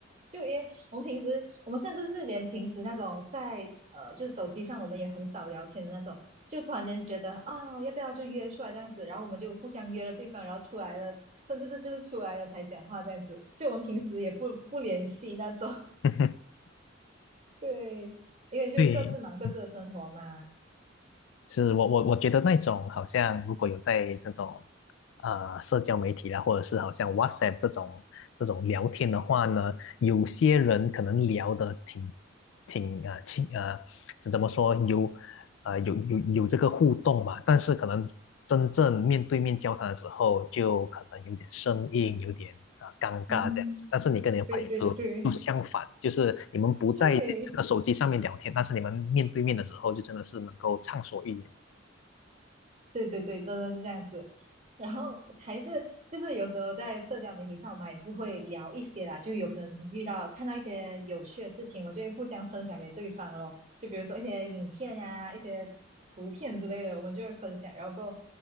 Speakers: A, on the right; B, on the left.
A: 就因为我们平时，我们甚至是连平时那种在呃，就是手机上我们也很少聊天的那种，就突然间觉得啊、要不要就约出来这样子，然后我们就互相约了对方，然后出来了，甚至是就是出来了才讲话这样子，就我们平时也不不联系那种，
B: <laughs>
A: <laughs> 对，因为就各自忙各自的生活嘛，
B: 对，嗯是我我我觉得那种好像如果有在这种呃社交媒体啦，或者是好像 WhatsApp 这种这种聊天的话呢，有些人可能聊得挺挺啊呃亲啊呃，怎么说有呃有有有这个互动嘛，但是可能真正面对面交谈的时候，就可能有点生硬，有点啊、尴尬这样子。
A: 嗯，
B: 但是你跟你的朋友就就相反，
A: 对对对
B: 就是你们不在这个手机上面聊天，
A: 对，
B: 但是你们面对面的时候，就真的是能够畅所欲言。
A: 对对对，真的是这样子。然后还是就是有时候在社交媒体上，我们还是会聊一些啦，就有可能遇到看到一些有趣的事情，我就会互相分享给对方咯。就比如说一些影片呀、一些图片之类的，我们就会分享，然后过后